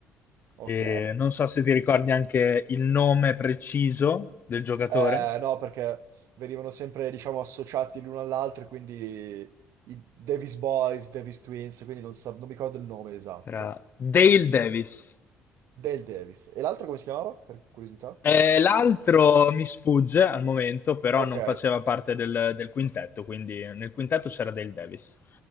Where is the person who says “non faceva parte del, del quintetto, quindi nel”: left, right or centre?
Left